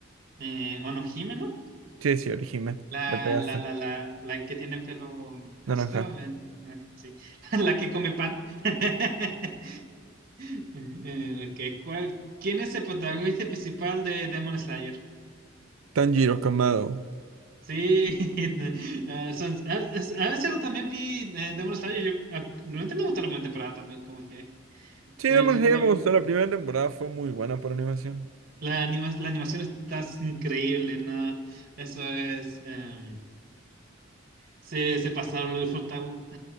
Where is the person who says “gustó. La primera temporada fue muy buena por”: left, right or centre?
Right